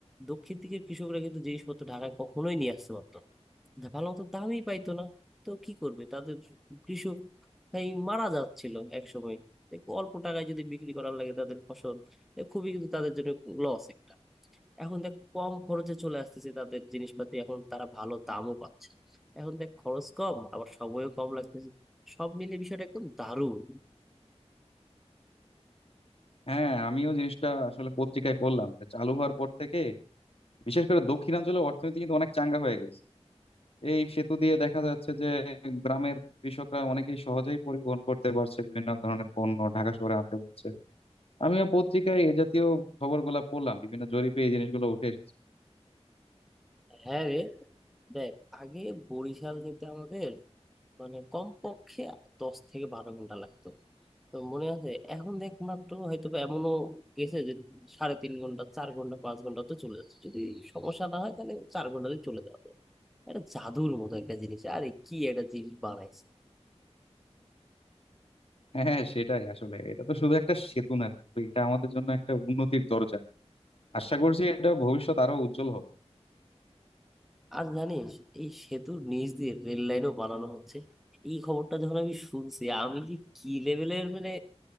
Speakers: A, in the centre; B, on the left (about 60°).
A: দক্ষিণ দিকের কৃষকরা কিন্তু জিনিসপত্র ঢাকায় কখনোই নিয়ে আসতে পারতো না। ধা- ভালো মতো দামই পাইতো না তো কি করবে তাদের কৃষক এই মারা যাচ্ছিল এক সময় অল্প টাকায় যদি বিক্রি করার লাগে তাদের ফসল এ খুবই কিন্তু তাদের জন্য লস একটা এখন দেখ কম খরচে চলে আসতেছে তাদের জিনিসপাতি এখন তারা ভালো দামও পাচ্ছে এখন দেখ খরচ কম আবার সময়ও কম লাগতেছে সব মিলে বিষয়টা একদম দারুণ
B: হ্যাঁ আমিও জিনিসটা আসলে পত্রিকায় পড়লাম যে চালু হওয়ার পর থেকে বিশেষ করে দক্ষিণাঞ্চলের অর্থনীতি কিন্তু অনেক চাঙ্গা হয়ে গেছে এই সেতু দিয়ে দেখা যাচ্ছে যে গ্রামের কৃষকরা অনেকেই সহজেই পরিবহন করতে পারছে বিভিন্ন ধরনের পণ্য ঢাকা শহরে আনতে পারছে আমিও পত্রিকায় এই জাতীয় খবরগুলো পড়লাম বিভিন্ন জরিপে এই জিনিসগুলো উঠে এসেছে
A: হ্যাঁ রে দেখ আগে বরিশাল যেতে আমাদের মানে কমপক্ষে দশ থেকে বারো ঘন্টা লাগতো তো মনে আছে এখন দেখ মাত্র হয়তো বা এমনও গেছে যে সাড়ে তিন ঘন্টা চার ঘন্টা পাঁচ ঘন্টা তো চলে যাচ্ছে যদি সমস্যা না হয় তাহলে চার ঘন্টাতে চলে যাবে এটা জাদুর মতো একটা জিনিস আরে কি একটা জিনিস বানাইছে
B: হ্যাঁ সেটাই আসলে এটা তো শুধু একটা সেতু না রে বন্ধু, এটা আমাদের জন্য একটা উন্নতির দরজা আশা করছি এটা ভবিষ্যৎ আরো উজ্জ্বল হবে
A: আর জানিস এই সেতুর নিচ দিয়ে রেল লাইনও বানানো হচ্ছে এই খবরটা যখন আমি শুনছি আমি যে কি লেভেলের মানে